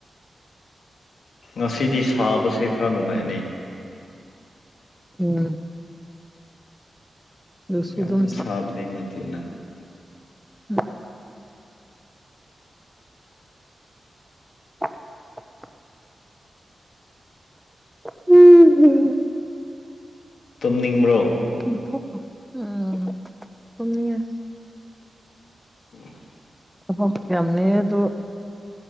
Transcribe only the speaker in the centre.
ꯎꯝ ꯑꯗꯨꯁꯨ
ꯑꯗꯨꯝ
ꯎꯝ <unintelligible> <inaudible> ꯎꯝꯝ <unintelligible>
ꯇꯨꯝꯊꫭꯛꯈꯔꫭ ꯎꯝ ꯇꯨꯝꯅꯤꯡꯉꯦ
ꯑꯍꯣ ꯌꯥꯝꯅꯤ ꯑꯗꯣ